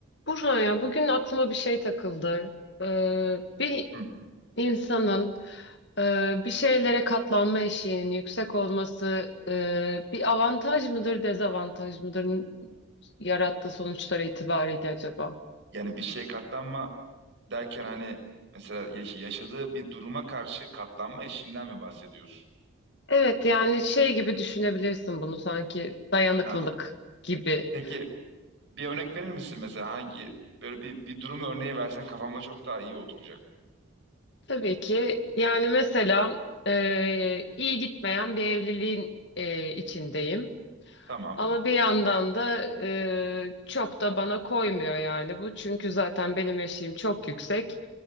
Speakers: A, on the left; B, on the right.
A: Burhan ya bugün aklıma bir şey takıldı. Ee, bir
B: Hı.
A: insanın e, bir şeylere katlanma eşiğinin yüksek olması e, bir avantaj mıdır, dezavantaj mıdır yarattığı sonuçlar itibariyle acaba?
B: Yani bir şeye katlanma derken hani mesela yaş- yaşadığı bir duruma karşı katlanma eşiğinden mi bahsediyorsun?
A: Evet yani şey gibi düşünebilirsin bunu sanki dayanıklılık
B: Ha.
A: gibi.
B: Peki bir örnek verir misin mesela hangi böyle bir, bir durum örneği versen kafamda çok daha iyi oturacak.
A: Tabii ki yani mesela e, iyi gitmeyen bir evliliğin e, içindeyim.
B: Tamam.
A: Ama bir yandan da e, çok da bana koymuyor yani bu. Çünkü zaten benim eşiğim çok yüksek.